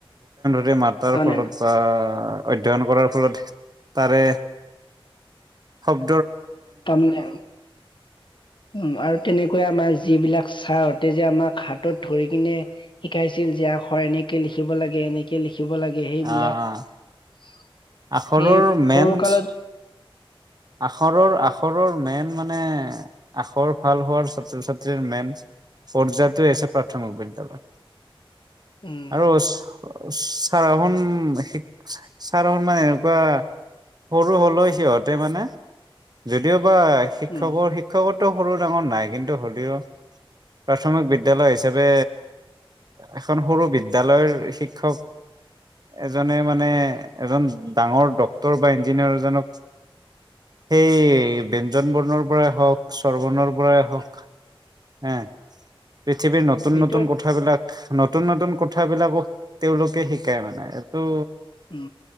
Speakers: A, on the right (about 45°); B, on the left (about 55°).
A: য়ে মাতাৰ
B: তাৰমানে
A: ফলত বা অ', অধ্যয়ন কৰাৰ ফলত তাৰে সত
B: তাৰমানে, উম আৰু তেনেকা কৈ আমাৰ যিবিলাক চাৰ তে যে আমাক হাতত ধৰি কিনে শিকাইছে ছিল যে আখৰ এনেকে লিখিব লাগে এনেকে লিখ দেখিব লাগে সেইবিলাক,
A: আহ
B: সেই
A: আখৰৰ
B: সৰু
A: মেইন
B: কালত
A: আখৰৰ- আখৰৰ মেন মানে আখৰ ভাল হোৱাৰ ছাত্ৰ ছাত্ৰীৰ মেইন পৰ্যায়তে হৈছে প্ৰাথমিক বিদ্যালয়।
B: উম,
A: আৰু ছাৰহন ছাৰহত মানে এনেকুৱা সৰু হ'লেও সিহঁতে মানে যদিও <unintelligible> শিক্ষকৰ
B: উম,
A: শিক্ষকৰটো সৰু ডাঙৰ নাই কিন্তু হ'লেও, প্ৰাথমিক বিদ্যালয় হিচাপে এখন সৰু বিদ্যালয়ৰ শিক্ষক এজনে মানে এজন ডাঙৰ ড্ক্তৰ বা ইঞ্জিনিয়াৰ এজনক সেই ব্যঞ্জন বৰ্ণৰ পৰাই হওক, চৰ বৰ্ণৰ পৰাই হওক হে পৃথিৱীৰ নতুন-
B: সেইটোৱে
A: নতুন কথাবিলাক নতুন-নতুন কথাবিলাকো তেওঁলোকে শিকাই মানে এইটো
B: উম